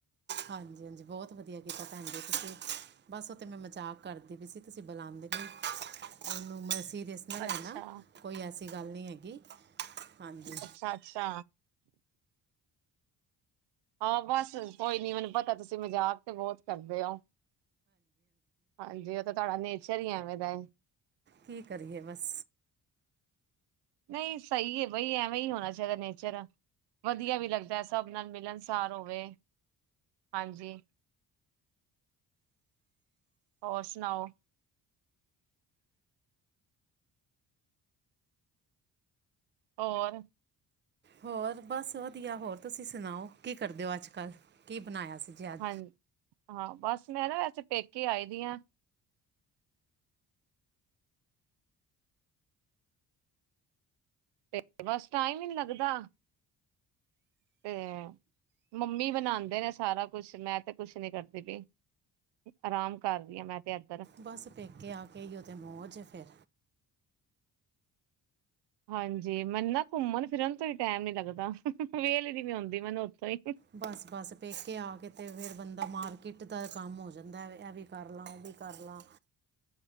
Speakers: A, on the right; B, on the right.
A: ਹਾਂਜੀ ਹਾਂਜੀ ਬਹੁਤ ਵਧੀਆ ਕੀਤਾ ਭੈਣ ਜੀ ਤੁਸੀਂ ਬਸ ਉਹ ਤੇ ਮੈਂ ਮਜ਼ਾਕ ਕਰਦੀ ਪਈ ਸੀ ਤੁਸੀਂ ਬੁਲਾਉਂ
B: <inaudible>
A: ਉਹਨੂੰ ਮੈਂ ਸੀਰੀਅਸ ਨਾ ਲੈਣਾ
B: ਅੱਛਾ
A: ਕੋਈ ਐਸੀ ਗੱਲ ਨਹੀਂ ਹੈਗੀ ਹਾਂਜੀ
B: ਅੱਛਾ, ਅੱਛਾ ਹਾਂ ਬਸ ਕੋਈ ਨੀ ਮੈਨੂੰ ਪਤਾ ਤੁਸੀਂ ਮਜ਼ਾਕ ਤੇ ਬਹੁਤ ਕਰਦੇ ਹੋ ਹਾਂਜੀ ਉਹ ਤਾਂ ਤੁਹਾਡਾ ਨੇਚਰ ਹੀ ਐਵੇਂ ਦਾ ਏ
A: ਕੀ ਕਰੀਏ ਬਸ
B: ਨਹੀਂ ਸਹੀ ਏ ਬਈ ਐਵੇਂ ਹੀ ਹੋਣਾ ਚਾਹੀਦਾ ਨੇਚਰ ਵਧੀਆ ਵੀ ਲੱਗਦਾ ਸਭ ਨਾਲ ਮਿਲਣਸਾਰ ਹੋਵੇ ਹਾਂਜੀ ਹੋਰ ਸੁਣਾਓ? ਹੋਰ
A: ਹੋਰ ਬਸ ਵਧੀਆ ਹੋਰ ਤੁਸੀਂ ਸੁਣਾਓ ਕੀ ਕਰਦੇ ਹੋ ਅੱਜ ਕੱਲ ਕੀ ਬਣਾਇਆ ਸੀ ਜੀ ਅੱਜ
B: ਹਾਂ ਹਾਂ ਬਸ ਮੈਂ ਨਾ ਵੈਸੇ ਪੇਕੇ ਆਈ ਦੀ ਹ ਤੇ ਬਸ ਟਾਈਮ ਹੀ ਨਹੀਂ ਲੱਗਦਾ ਤੇ ਮੰਮੀ ਬਣਾਉਂਦੇ ਨੇ ਸਾਰਾ ਕੁਛ ਮੈਂ ਤੇ ਕੁਛ ਨੀ ਕਰਦੀ ਪਈ ਆਰਾਮ ਕਰਦੀ ਆਾਂ ਮੈਂ ਤੇ ਅੱਜ
A: ਬਸ ਪੇਕੇ ਆ ਕੇ ਹੀ ਇਹੋ ਜਿਹੀ ਮੌਜ ਫਿਰ
B: ਹਾਂਜੀ ਮੈਨੂੰ ਨਾ ਘੁੰਮਣ ਫਿਰਨ ਤੋਂ ਹੀ ਟਾਈਮ ਨੀ ਲੱਗਦਾ ਵਹਲ ਨ ਵੀੀ ਆਉਂਦੀ ਮੈਨੂੰ ਹੀ
A: ਬਸ ਬਸ ਪੇਕੇ ਆ ਕੇ ਤੇ ਫੇਿਰ ਬੰਦਾ ਮਾਰਕੀਟ ਜਿੱਦਾਂ ਦਾ ਕੰਮ ਹੋ ਜਾਂਦਾ ਇਹ ਵੀ ਕਰ ਲਾਂ ਉਹ ਵੀ ਕਰ ਲਾਂ